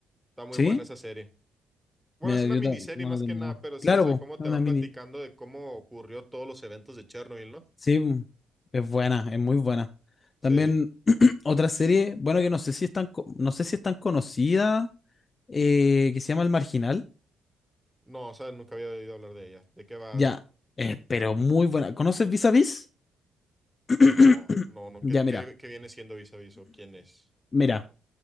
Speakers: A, in the centre; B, on the left.
A: está muy
B: ¿Sí?
A: buena esa serie. Bueno,
B: Mira,
A: es una
B: yo
A: miniserie
B: ta- no
A: más
B: la he terminado.
A: que nada, pero sí,
B: Claro,
A: o sea,
B: po,
A: cómo
B: es
A: te
B: una
A: va
B: mini.
A: platicando de cómo ocurrió todos los eventos de Chernobyl, ¿no?
B: Sí, bu, es buena, es muy buena.
A: Sí.
B: También <clears throat> otra serie, bueno, que no sé si es tan, co- no sé si es tan conocida, eh, que se llama El Marginal.
A: No, o sea, nunca había oído hablar de ella. ¿De qué va?
B: Ya, eh, pero muy buena. ¿Conoces Vis a Vis? <clears throat>
A: No, no, no, ¿qué,
B: Ya, mira,
A: qué, qué viene siendo Vis a Vis o quién es?
B: mira.